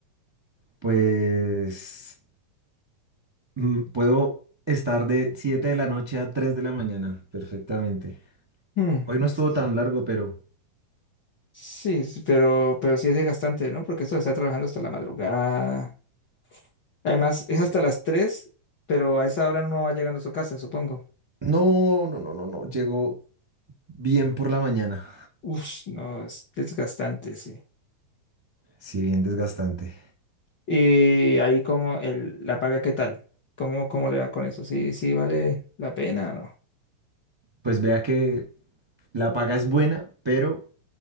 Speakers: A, on the right (about 15°); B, on the left (about 50°).
A: Pues mm, puedo estar de 7 de la noche a 3 de la mañana, perfectamente.
B: Hmm,
A: Hoy
B: y
A: no estuvo
B: es que-
A: tan largo, pero...
B: Sí, sí, pero, pero sí es desgastante, ¿no? Porque esto está trabajando hasta la madrugada. Además, es
A: Sí.
B: hasta las 3, pero a esa hora no va llegando a su casa, supongo.
A: No, no, no, no, no. Llegó bien por la mañana.
B: Uf, no, es desgastante, sí.
A: Sí, bien desgastante.
B: Y ahí como el, la paga, ¿qué tal? ¿Cómo, cómo le va con eso? ¿Sí, sí vale la pena o no?
A: Pues vea que la paga es buena, pero